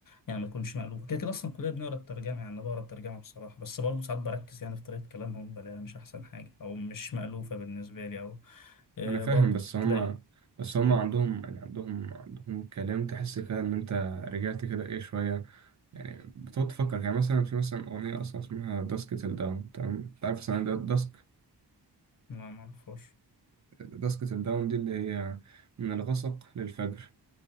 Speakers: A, on the left; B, on the right.
A: يعني ما تكونش مألوفة كده كده أصلا كلنا بنقرا الترجمة يعني أنا بقرا الترجمة بصراحة بس برضو ساعات بركز يعني في طريقة كلامهم بلاقيها مش أحسن حاجة أو مش مألوفة بالنسبة لي أو آه
B: ما أنا فاهم
A: برضو
B: بس هما
A: تلاقي
B: بس هما
A: مم.
B: عندهم يعني عندهم عندهم كلام تحس كده إن أنت رجعت كده إيه شوية يعني بتقعد تفكر يعني مثلا في مثلا أغنية أصلا اسمها داسكت الداون تمام؟ أنت عارف مثلا داسك
A: ما معرفوش
B: داسكت الداون دي اللي هي من الغسق للفجر